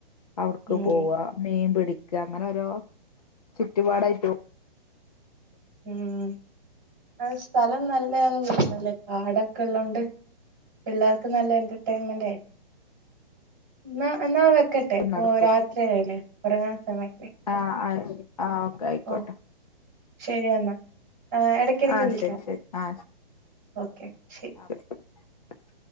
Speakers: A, on the left; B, on the right.
A: അവിട്ക്ക്
B: ഉം
A: പോവ മീൻ പിടിക്ക അങ്ങനെ ഓരോ ചുറ്റുപാടായിട്ട്.
B: ഉം അ സ്ഥലം നല്ലേന്ന് തോന്ന്ന്നല്ലേ പാടൊക്കെ ഉള്ളത് കൊണ്ട്. പിള്ളാർക്ക് നല്ല എന്റർടൈൻമെൻ്റേ. എന്നാ എന്നാ വെക്കെ ട്ടെ ഇപ്പൊ
A: നടക്കും
B: രാത്രിയായില്ലേ ഉറങ്ങാൻ സമയായില്ലേ.
A: ആഹ് ആഹ്. ആഹ് ഓക്കെ ആയിക്കോട്ടെ.
B: ഓ ശരി എന്നാ ഏഹ് എടക്കിടക്ക്
A: ആ
B: വിളിക്ക്യണം.
A: ശരി ശരി ആ
B: ഓക്കെ ശരി.
A: <unintelligible>